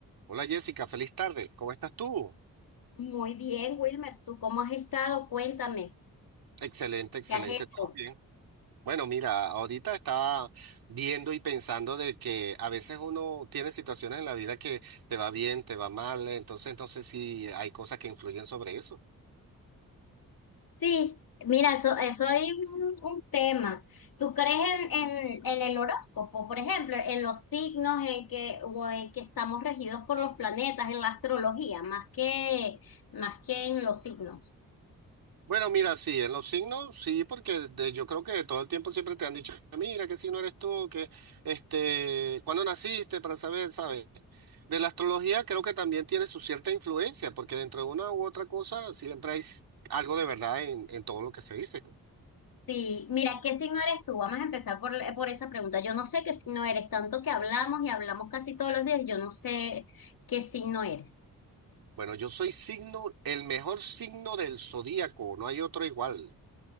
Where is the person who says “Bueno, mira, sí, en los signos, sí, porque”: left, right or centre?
Right